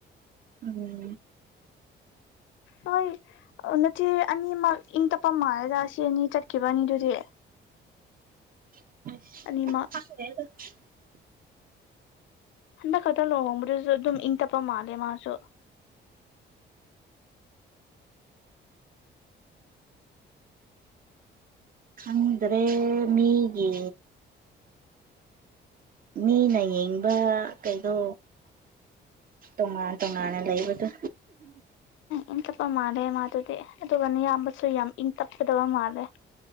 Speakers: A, on the right; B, on the left.
A: ꯎꯝ
B: ꯍꯣꯏ ꯅꯆꯦ ꯑꯅꯤꯃꯛ ꯏꯪ ꯇꯞꯄ ꯃꯥꯂꯦꯗ ꯑꯁꯤ ꯑꯅꯤ ꯆꯠꯈꯤꯕ ꯑꯅꯤ ꯑꯗꯨꯗꯤ
A: <unintelligible>
B: ꯑꯅꯤꯃꯛ
A: <unintelligible>
B: ꯍꯟꯗꯛ ꯈꯥꯛꯇ ꯂꯨꯍꯣꯡꯕꯗꯨꯁꯨ ꯑꯗꯨꯝ ꯏꯪ ꯇꯞꯄ ꯃꯥꯜꯂꯦ ꯃꯥꯁꯨ
A: ꯈꯪꯗ꯭ꯔꯦ ꯃꯤꯒꯤ ꯃꯤꯅ ꯌꯦꯡꯕ ꯀꯩꯅꯣ ꯇꯣꯉꯥꯟ ꯇꯣꯉꯥꯟꯅ ꯂꯩꯕꯗꯣ
B: ꯏꯪ ꯇꯞꯄ ꯃꯥꯜꯂꯦ ꯃꯥꯗꯨꯗꯤ ꯑꯗꯨꯒ ꯅꯌꯥꯝꯕꯁꯨ ꯌꯥꯝ ꯏꯪ ꯇꯞꯀꯗꯕ ꯃꯥꯜꯂꯦ